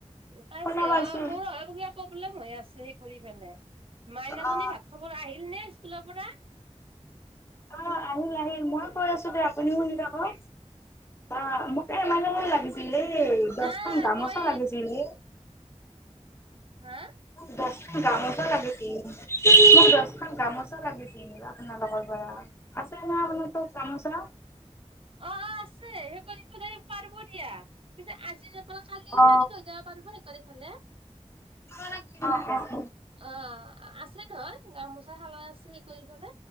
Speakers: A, on the right; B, on the left.
A: পাইছে
B: শুনা পাইছো
A: অ মোৰ অ কিবা প্ৰব্লেম হৈ আছিল। কৰি কেনে, মাইনাজনী
B: অ
A: ভাত খাবলৈ আহিল নে স্কুলৰ পৰা।
B: অ আহিল আহিল মই কৈ আছো দে আপুনি শুনি থাকক অ। মোকে এ মানে সেই লাগিছিল এই দচখন
A: নাই
B: গামোচা
A: মই
B: লাগিছিলে।
A: হা?
B: মোক দচখন গামোচা লাগিছিল মোক দচখন গামোচা লাগিছিল। আপোনালোকৰ পৰা আছে না আপোনাৰ তাত গামোচা?
A: অ অ আছে সেই কৰি পা পাৰব দিয়া কিন্তু আজি ন আপোনাৰ কালি
B: অ অ
A: কালি লৈ যাব পাৰব সেকাৰফালে।
B: <unintelligible> অ'অ'
A: অ', আছে নহয়। গামোচা খালাই আছে সেই কৰি ফেলে